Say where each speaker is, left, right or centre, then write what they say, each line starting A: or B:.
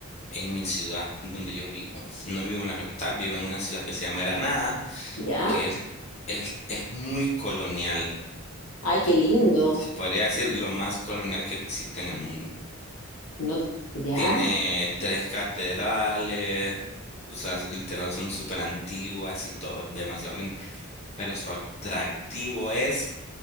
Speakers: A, on the left; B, on the left.
A: en mi ciudad, donde yo vivo. No vivo en la capital, vivo en una ciudad que se llama Granada,
B: ¿Ya?
A: que es, es, es muy colonial.
B: Ay, qué lindo.
A: Se podría decir lo más colonial que existe en el mundo.
B: No, ya,
A: Tiene tres catedrales, o sea, s- literal son súper antiguas y todo, demasiado lindo. Pero su atractivo es